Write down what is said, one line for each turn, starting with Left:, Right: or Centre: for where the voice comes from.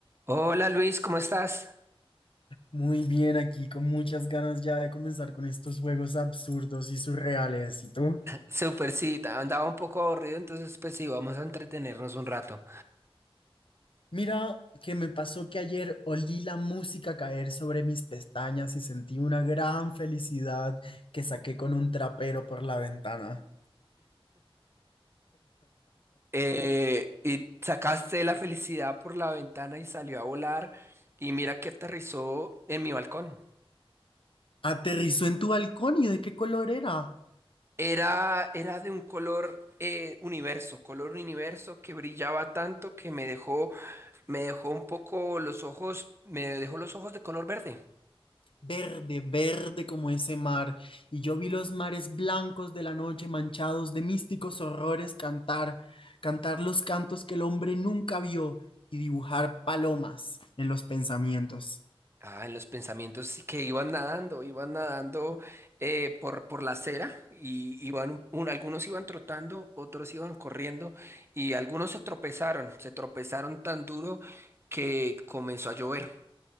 Right: Hola Luis, ¿cómo estás?
Left: Muy bien, aquí con muchas ganas ya de comenzar con estos juegos absurdos y surreales. ¿Y tú?
Right: Súper, sí, andaba un poco aburrido, entonces pues sí, vamos a entretenernos un rato.
Left: Mira, que me pasó que ayer olí la música caer sobre mis pestañas y sentí una gran felicidad que saqué con un trapero por la ventana.
Right: Eh, y sacaste la felicidad por la ventana y salió a volar y mira que aterrizó en mi balcón.
Left: Aterrizó en tu balcón y ¿de qué color era?
Right: Era, era de un color eh, universo, color universo que brillaba tanto que me dejó, me dejó un poco los ojos, me dejó los ojos de color verde.
Left: verde, verde como ese mar, y yo vi los mares blancos de la noche manchados de místicos horrores cantar, cantar los cantos que el hombre nunca vio y dibujar palomas en los pensamientos.
Right: Ah, en los pensamientos sí que iban nadando, iban nadando eh, por, por la acera y iban, un- un- algunos iban trotando, otros iban corriendo y algunos se tropezaron, se tropezaron tan duro que comenzó a llover.